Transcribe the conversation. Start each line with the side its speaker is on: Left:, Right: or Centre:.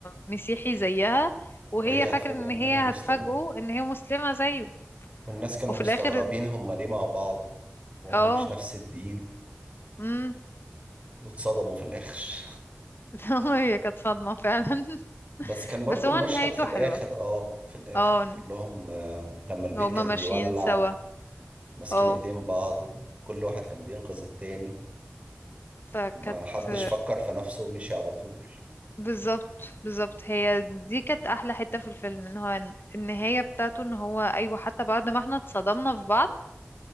Left: مسيحي زيها وهي
Right: وهي
Left: فاكره
Right: هتفاجئوا
Left: ان
Right: ان
Left: هي
Right: هي مسلمة
Left: هتفاجئه ان هي مسلمه زيه
Right: والناس كانوا
Left: وفي
Right: مستغربين
Left: الاخر
Right: هما ليه مع بعض وهم
Left: اه
Right: مش نفس الدين
Left: امم
Right: واتصدموا في الآخر <laughs>
Left: <laughs> هي كانت صدمه فعلا <laughs>
Right: بس كان برضو
Left: بس هو
Right: المشهد
Left: نهايته
Right: في الآخر
Left: حلوه
Right: اه في الآخر
Left: اه
Right: كلهم آه لما البيت
Left: هما
Right: كان بيولع
Left: ماشيين سوا
Right: وماسكين
Left: اه
Right: ايدين بعض وكل واحد كان بينقذ التاني
Left: فكانت
Right: ما حدش فكر في نفسه ومشي على طول
Left: بالظبط بالظبط هي دي كانت احلى حتة في الفيلم ان هو النهاية بتاعته ان هو ايوه حتى بعد ما احنا اتصدمنا في بعض